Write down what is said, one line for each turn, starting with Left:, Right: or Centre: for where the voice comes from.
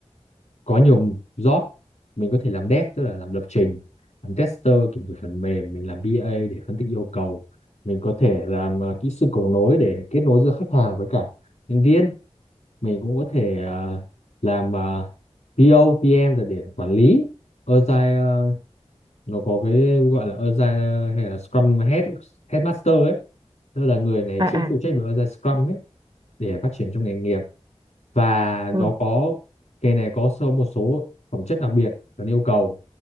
Left: có nhiều job mình có thể làm dev tức là làm lập trình làm tester kiểm thử phần mềm mình làm BA để phân tích yêu cầu mình có thể làm à, kỹ sư cầu nối để kết nối giữa khách hàng với cả nhân viên mình cũng có thể à, làm à, PO PM là để quản lý Agile à, nó có cái gọi là Agile hay là Scrum Head ấy, Headmaster ấy tức là người này
Right: à
Left: chuyên
Right: à
Left: phụ trách về Agile Scrum ấy để phát triển trong nghề nghiệp và
Right: ừ
Left: nó có nghề này có sơ một số phẩm chất đặc biệt cần yêu cầu